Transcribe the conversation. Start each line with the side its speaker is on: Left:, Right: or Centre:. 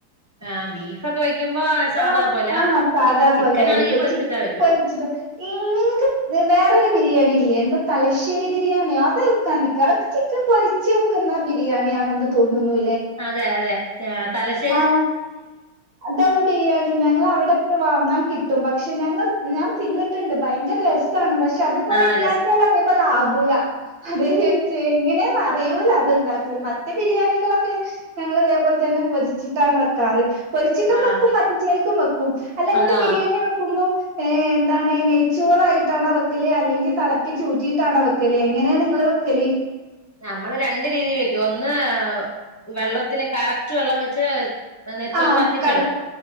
Left: ആഹ് ബീഫൊക്കെ വെക്കുമ്പോ സാധാ
Right: ആ
Left: പോലെ
Right: ആ സാധാ
Left: ചിക്കൻ
Right: പോലായിരിക്കും
Left: ആണെങ്കി പൊരിച്ചിട്ടാ
Right: ചിക്കി
Left: വെക്കും
Right: പൊരിച്ചത് ഇങ്ങക്ക് വേറൊരു ബിരിയാണില്ലെ എന്ത് തലശ്ശേരി ബിരിയാണിയാ അത് വെക്കാൻ നിക്ക ചിക്കൻ പൊരിച്ചു വെക്കുന്ന ബിരിയാണിയാണെന്ന് തോന്നുന്നു
Left: അതെ അതെ തലശ്ശേ
Right: ആ ദം ബിരിയാണി ഞങ്ങളവിടൊക്കെ വാങ്ങ ആ കിട്ടും പക്ഷെ ഞങ്ങൾ ഞാൻ തിന്നിട്ടുണ്ട് ഭയങ്കര രസാണ് പക്ഷേ അതെപ്പോല
Left: ആഹ്
Right: ഇണ്ടാക്കിയാലതുപോല
Left: രസ
Right: ഗുല അതെ ഏ ചെ എങ്ങനെന്നറിയൂല ഉണ്ടാക്കലേ മറ്റേ ബിരിയാണികളൊക്കെ ഞങ്ങൾ ഇതേപോലെ തന്നെ പൊരിച്ചി ട്ടാണ് വെക്കാറ് പൊരിച്ചിട്ടും
Left: ആഹ്
Right: വെക്കും മത്തി ചേൽക്കും വെക്കും അല്ലിങ്ങള്
Left: എന്താ
Right: ബിരിയാണി വെക്കുമ്പോൾ ഏ എന്താണ് നെയ്ച്ചോറായിട്ടാണോ വെക്കല് അല്ലെങ്കിൽ തിളപ്പി ചൂറ്റിട്ടാണോ വെക്കല് എങ്ങനെയാ നിങ്ങള് വെക്കല്
Left: നമ്മള് രണ്ട് രീതിൽ വെക്കും ഒന്ന് വെള്ളത്തിൽ കറക്റ്റ് വെള്ളം വെച്ച് നെയ്ച്ചോറ്
Right: ആ
Left: വറ്റിച്ചെടുക്കും
Right: കറക്